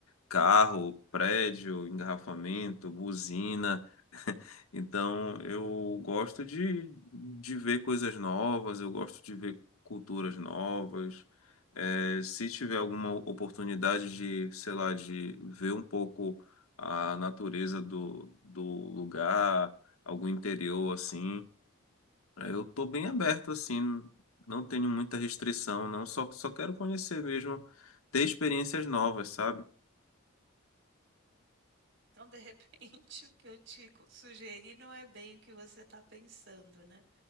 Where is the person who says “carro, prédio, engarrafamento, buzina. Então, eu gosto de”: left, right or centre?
Left